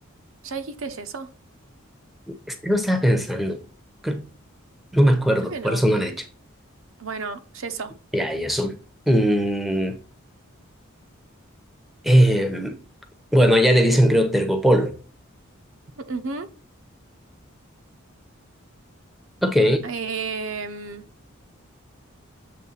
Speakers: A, on the right; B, in the centre.
A: ¿ya dijiste yeso?
B: Este lo estaba pensando, creo- no me acuerdo,
A: Creo que
B: por
A: no.
B: eso no lo he dicho.
A: Bueno, yeso.
B: Ya, y eso. Mm, Eh, bueno, allá le dicen creo Tergopol.
A: Ujú.
B: Ok,
A: Em,